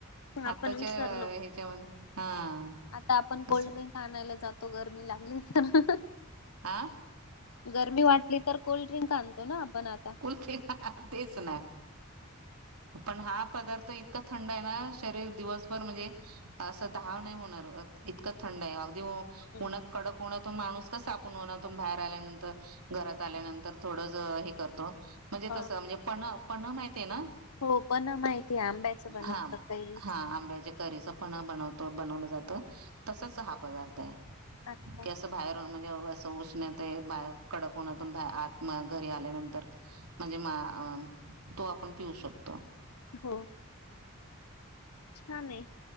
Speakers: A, on the left; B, on the right.
A: ना आपण
B: आताच्या
A: विसरलो.
B: ह्याच्यामध्ये हा-
A: आता आपण कोल्ड्रिंक
B: असं
A: आणायला जातो गरमी लागली तर-
B: हा
A: गरमी वाटली तर कोल्ड्रिंक आणतो ना- आपण आता
B: कलते ना तेच ना-
A: ह <inaudible>
B: पण हा पदार्थ इतका थंड आहे ना शरीर दिवसभर म्हणजे असं धाव नाही होणार बघ. इतकं थंड आहे. अगदी
A: हं.
B: कडक उन्हात. तो माणूस कस उन्हातून बाहेर आल्यानंतर घरात आल्यानंतर थोड ज हे करतो. म्हणजे
A: हां
B: तसं म्हणजे पण-पण माहिते आहे ना.
A: हो पण माहिती आहे आंब्याचं बनवत
B: हा
A: कैरीच.
B: हा आंब्याच्या करीचं पण बनतो बनवलं जात तसच हा पदार्थ आहे.
A: अच्छा
B: की अस बाहेरुन. म्हणजे असं उष्णत आहे. बा कडक उन्हातून बा आत घरी आल्यानंतर- म्हणजे मा आ तो आपण पिऊ शकतो.
A: हो छान आहे,